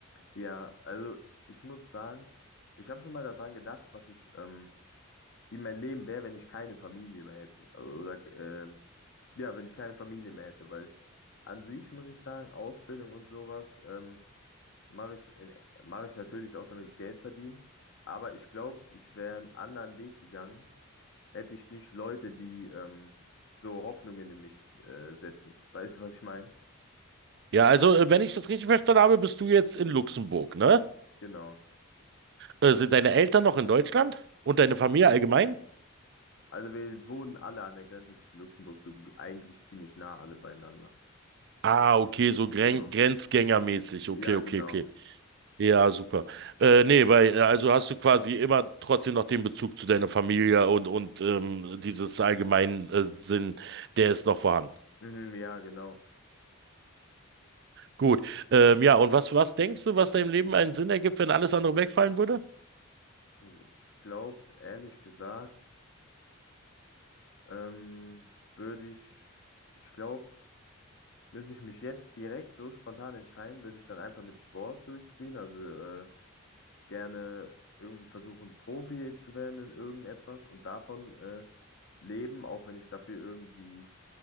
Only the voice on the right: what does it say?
Ja, also äh, wenn ich das richtig verstanden habe, bist du jetzt in Luxemburg, ne?
Äh, sind deine Eltern noch in Deutschland und deine Familie allgemein?
Ah, okay, so Gren
Grenzgängermäßig. Okay,
okay,
okay. Ja, super. Äh, nee, weil, äh, also hast du quasi immer trotzdem noch den Bezug zu deiner Familie und, und ähm, dieses allgemeinen äh, Sinn, der ist noch vorhanden.
Gut. Ähm, ja, und was, was denkst du, was deinem Leben einen Sinn ergibt, wenn alles andere wegfallen würde?